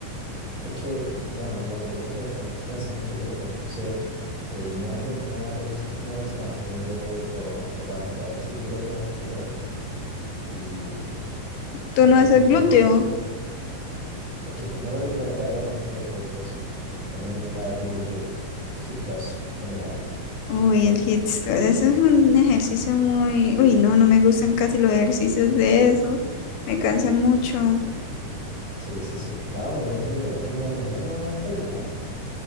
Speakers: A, on the right; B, on the left.
A: Es que, bueno, como te comento, ent- entreno hace mucho tiempo, entonces eh, yo antes entrenaba dos veces pierna a la semana, que un día lo, lo enfocaba en cuádriceps y el otro en femoral. Y
B: ¿Tú
A: entrené
B: no haces
A: mucho
B: glúteo?
A: tiempo así. Es que femoral, bueno, cadera posterior, por decirlo así. También va el glúteo ahí. Hip thrust, también hago.
B: Uy, el hit squad, eso es un ejercicio muy... Uy, no, no me gustan casi los ejercicios de eso. Me cansan mucho.
A: Sí, sí, sí. No, me, me está, mira- me está mirando menos Karina, ¿eh?